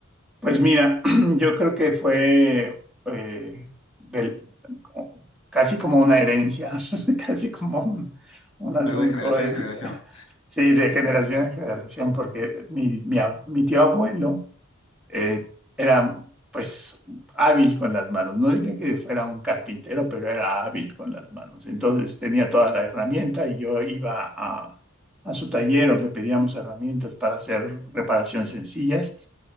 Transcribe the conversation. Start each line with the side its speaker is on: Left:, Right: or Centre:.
Centre: Pues mira, <clears throat> yo creo que fue eh, del- como- casi como una herencia, <laughs> casi como un, un asunto
Left: Algo de generación
Centre: es,
Left: en generación.
Centre: <laughs> sí, de generación en generación, porque mi, mi, ab- mi tío abuelo eh, era pues hábil con las manos. No diría que fuera un carpintero, pero era hábil con las manos. Entonces tenía toda la herramienta y yo iba a, a su taller o le pedíamos herramientas para hacer reparaciones sencillas.